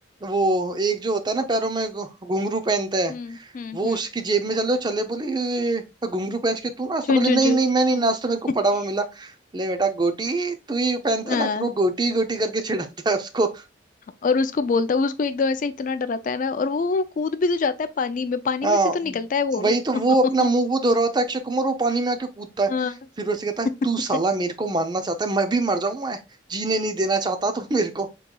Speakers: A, on the right; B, on the left.
A: वो एक जो होता है ना पैरों में घु- घुंघरू पहनता है
B: हम्म हम्म
A: वो
B: हम्म
A: उसकी जेब में चले चले बोले "ये, ये, घुंघरू पहन के तू नाश्ता
B: चुन
A: बोले
B: चुन
A: नहीं
B: चुन
A: नहीं मैं नहीं
B: हम्म।
A: नाश्ता मेरे को
B: <laughs>
A: पड़ा हुआ मिला बोले बेटा गोटी तू ही पहनता
B: हाँ
A: है ना फिर वो गोटी गोटी करके चिढ़ाता है उसको
B: और उसको बोलता है उसको एकदम ऐसे इतना डराता है ना और वो वो कूद भी तो जाता है पानी में पानी
A: हाँ
B: में से तो निकलता है वो
A: वही तो वो
B: <laughs>
A: अपना मुंह वो धो रहा होता है अक्षय कुमार वो पानी में आके कूदता है
B: हाँ
A: फिर वो से कहता है
B: <laughs>
A: तू साला मेरे को मारना चाहता है मैं भी मर जाऊं मैं जीने नहीं देना चाहता तू मेरे को